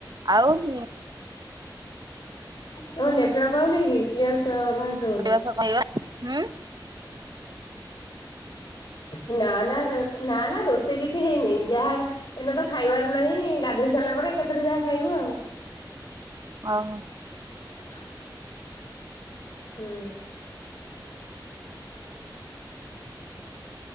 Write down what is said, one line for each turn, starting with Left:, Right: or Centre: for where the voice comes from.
Right: ଆଉ । ହୁଁ।
Left: ତମ ନେଟୱାର୍କ ପାଉନିକି? କିର୍ଲସ ଭଏସ ହଉନି
Right: ରୋଷେଇବାସ
Left: ।
Right: କଣ ହେଇଗଲା? ହୁଁ।
Left: <inaudible> ନା ନା ନା ନା ରୋଷେଇ କିଛି ହେଇନିଁ ଯାହା ଏଇନା ତ ଖାଇବାର ନାହିଁ। ଗାଧେଇ ସାରିଲା ପରେ ଏକାଥରେ ଯାହା ଖାଇବୁ ଆଉ ।
Right: ଓହୋ।
Left: <unintelligible> ହୁଁ । <inaudible>